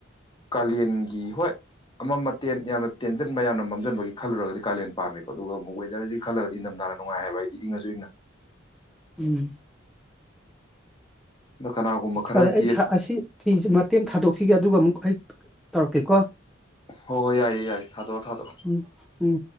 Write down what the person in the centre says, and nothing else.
ꯎꯝ
ꯐꯔꯦ
ꯑꯩ ꯑꯁꯤ ꯐ ꯃꯇꯦꯝ ꯊꯥꯗꯣꯛꯈꯤꯒꯦ ꯑꯗꯨꯒ ꯑꯃꯨꯛ ꯑꯩ ꯇꯧꯔꯛꯀꯦꯀꯣ
ꯎꯝ ꯎꯝ